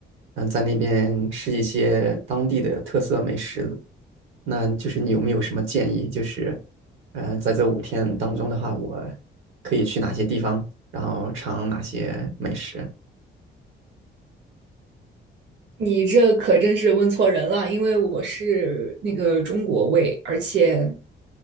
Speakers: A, on the right (about 80°); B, on the right (about 60°).
A: 嗯，呃在那边吃一些当地的特色美食，那就是你有没有什么建议？就是，嗯、呃在这五天当中的话，我可以去哪些地方，然后尝哪些美食？
B: 你这可真是问错人了，因为我是那个中国胃，而且